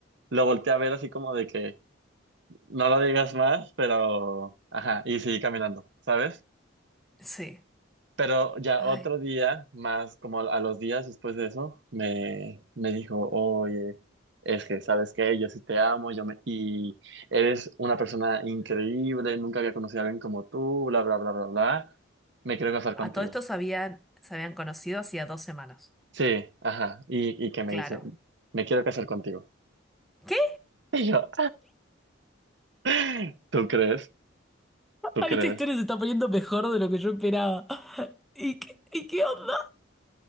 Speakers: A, on the right (about 55°); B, in the centre.
A: lo volteé a ver así como de que... no lo digas más, pero, ajá, y seguí caminando, ¿sabes?
B: Sí.
A: Pero ya
B: Ay.
A: otro día, más como a los días después de eso, me, me dijo, oye, es que sabes que yo sí te amo, yo me, y eres una persona increíble, nunca había conocido a alguien como tú, bla, bla, bla, bla, bla, me quiero casar
B: A
A: contigo.
B: todo esto se habían, se habían conocido hacía dos semanas.
A: Sí, ajá, y, y que me
B: Claro.
A: dice, me quiero casar contigo.
B: ¿Qué?
A: Y yo, <laughs> ¿tú crees? ¿Tú
B: Ah,
A: crees?
B: esta historia se está poniendo mejor de lo que yo esperaba. <laughs> ¿Y qué, y qué onda?